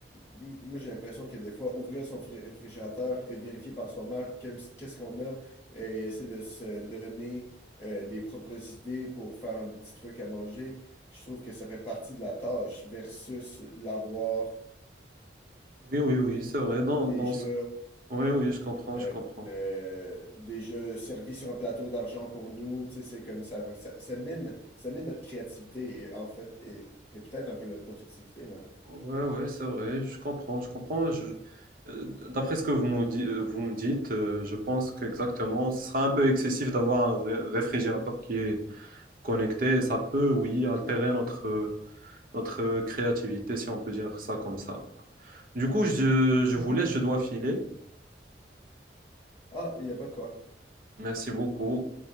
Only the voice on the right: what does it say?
Oui, oui, oui, c'est vrai. Dans,
dans ce... Oui, oui, je comprends,
je comprends.
Ouais, ouais, c'est vrai, je comprends, je comprends. Je... euh, D'après ce que vous me, di- euh, vous me dites, euh, je pense qu'exactement, ce sera un peu excessif d'avoir un ré- réfrigérateur qui est connecter, ça peut, oui, altérer notre, notre créativité, si on peut dire ça comme ça. Du coup, je, je
vous laisse, je dois filer.
Merci beaucoup.